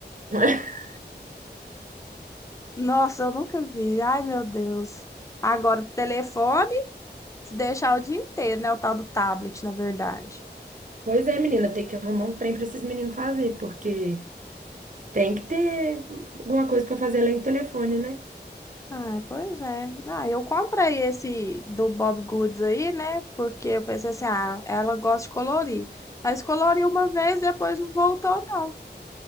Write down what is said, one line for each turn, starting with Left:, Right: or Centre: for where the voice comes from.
Right: <laughs>
Left: Nossa, eu nunca vi. Ai, meu Deus. Agora, telefone, se deixar o dia inteiro, né? O tal do tablet, na verdade.
Right: Pois é, menina, tem que arrumar um trem para esses meninos fazer, porque tem que ter alguma coisa para fazer além do telefone, né?
Left: Ah, pois é. Ah, eu comprei esse do Bob Goods aí, né? Porque eu pensei assim, ah, ela gosta de colorir. Mas coloriu uma vez, depois não voltou, não.